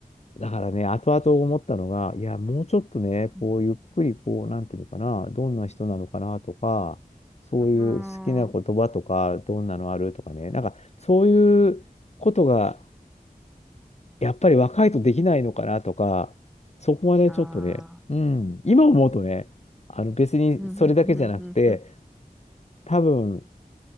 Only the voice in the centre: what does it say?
ん。
あ
あ、
ああ、
うんうんうんうんうん。